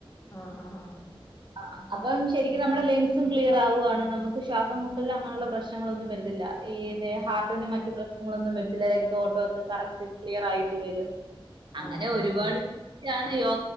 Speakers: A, on the left; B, on the right.
A: ആഹ് ആഹ് ആ
B: ആ അപ്പം ശരിക്കും നമ്മുടെ ലെൻസും ക്ലിയർ ആവുവയാണ് നമുക്ക് ശ്വാസം മുട്ടല് അങ്ങനുള്ള പ്രശ്നങ്ങളൊന്നും വരുന്നില്ല ഈ നെ ഹാർട്ടിന് മറ്റു പ്ര ങ്ങളൊന്നും വരത്തില്ല രക്ത ഓട്ടോ ഒക്കെ കറക്റ്റ് ക്ലിയർ ആയിട്ട് വരും അങ്ങനെ
A: ആഹ് ആഹ്
B: ഒരുപാട്
A: ആഹ്
B: റ്റാണ യോ